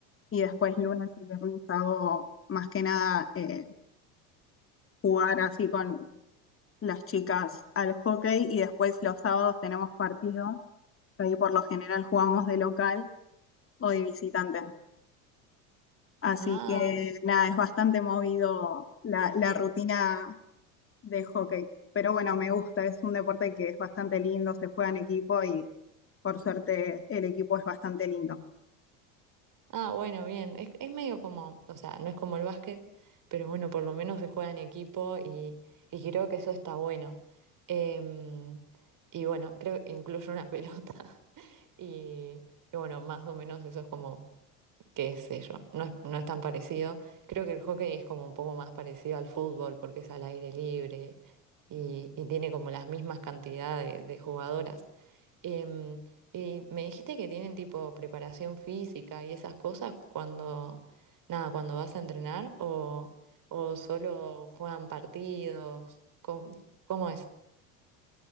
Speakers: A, on the left; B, on the right.
A: y después lunes y viernes hago más que nada eh, jugar así con las chicas al hockey y después los sábados tenemos partido. Ahí por lo general jugamos de local o de visitante. Así
B: Ah.
A: que nada, es bastante movido la, la rutina de hockey. Pero bueno, me gusta, es un deporte que es bastante lindo, se juega en equipo y por suerte el equipo es bastante lindo.
B: Ah, bueno, bien. Es, es medio como, o sea, no es como el básquet, pero bueno, por lo menos se juega en equipo y, y creo que eso está bueno. Em, y bueno, creo que incluye una <laughs> pelota. Y, y bueno, más o menos eso es como, qué sé yo, no es, no es tan parecido. Creo que el hockey es como un poco más parecido al fútbol porque es al aire libre y, y tiene como las mismas cantidades de, de jugadoras. Em, y me dijiste que tienen tipo preparación física y esas cosas cuando, nada, cuando vas a entrenar o, o solo juegan partidos, ¿cómo, cómo es?